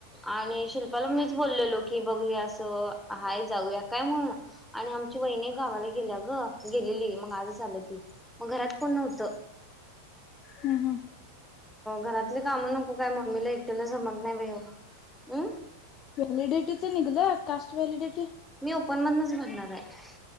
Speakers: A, in the centre; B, on the left.
A: आणि शिल्पाला मिच बोललेलो की बघ हे अस तो हाय जाऊया काय म्हण आणि आमची वहिणी गावाला गेल्या ग, गेलेली मग आजच आल ती मग घरात कोण नव्हत
B: हम् हम
A: घरातली कामं नको काय मम्मीला एकटेला जमत नाही बाई अमं
B: व्हॅलिडिटीच निघलं कास्ट व्हॅलिडिटी
A: मी ओपन मधच भरणार आहे